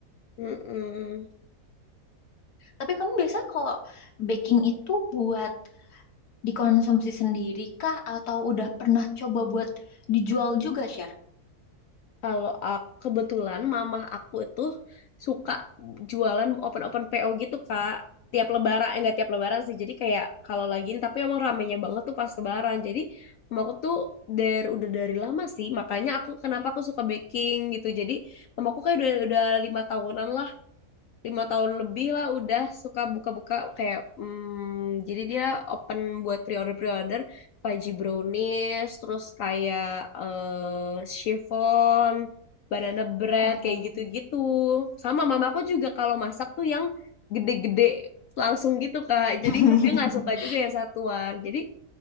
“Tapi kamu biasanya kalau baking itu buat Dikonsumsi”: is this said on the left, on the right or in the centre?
Left